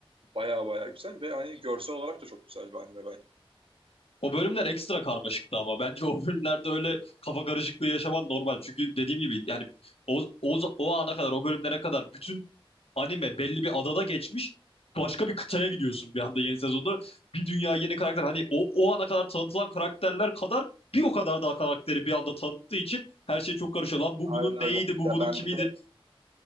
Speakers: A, on the right (about 65°); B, on the left (about 80°).
A: Baya baya güzel ve hani görsel olarak da çok güzel bir anime bence.
B: O bölümler ekstra karmaşıktı ama bence o bölümlerde öyle kafa karışıklığı yaşaman normal. Çünkü dediğim gibi yani o, o, o ana kadar o bölümlere kadar bütün anime belli bir adada geçmiş. Başka bir kıtaya gidiyorsun bir anda yeni sezonda. Bir dünya yeni karakter hani o, o ana kadar tanıtılan karakterler kadar bir o kadar daha karakteri bir anda tanıttığı için her şey çok karışıyor. Lan bu
A: Aynen
B: bunun
A: öyle.
B: neydi bu
A: Ya
B: bunun
A: ben
B: kimiydi?
A: bir de